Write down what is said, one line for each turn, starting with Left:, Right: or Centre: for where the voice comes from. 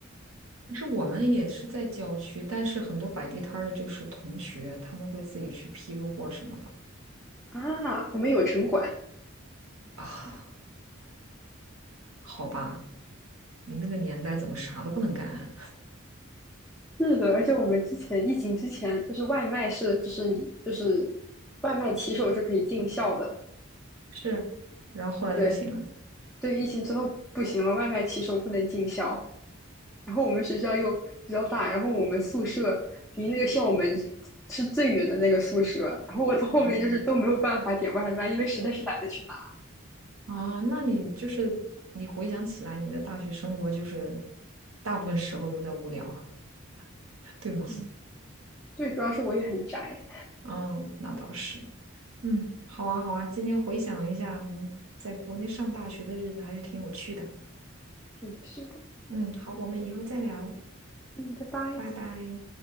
Right: 可是我们也是在郊区，但是很多摆地摊儿的就是同学，他们会自己去批个货什么的
Centre: 啊，我们有城管，
Right: 啊。好吧，你那个年代怎么啥都不能干啊？
Centre: 是的，而且我们之前疫情之前，就是外卖是，就是你就是外卖骑手是可以进校的，
Right: <laughs> 是，然后后来就不行了。
Centre: 对对，疫情之后不行了，外卖骑手不能进校。然后我们学校又比较大，然后我们宿舍离那个校门是最远的那个宿舍，然后我到后面就是都没有办法点外卖，
Right: 哦。
Centre: 因为实在是懒得去拿。
Right: 哦，那你就是你回想起来，你的大学生活就是大部分时候都在无聊，<laughs> 对吗？
Centre: 嗯，对，主要是我也很宅。
Right: 嗯，那倒是。嗯，好啊，好啊。今天回想了一下，嗯，在国内上大学的日子还是挺有趣的。
Centre: 是的，是的，
Right: 嗯，好，我们以后再聊，
Centre: 嗯，拜拜。
Right: 拜拜。